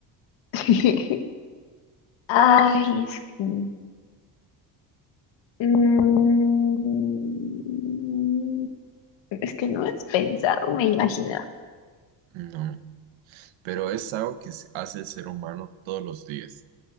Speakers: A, on the left (about 70°); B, on the right (about 80°).
A: <laughs> Ay, es que... mm, es que no es pensar, me imaginar.
B: No, pero es algo que se- hace el ser humano todos los días.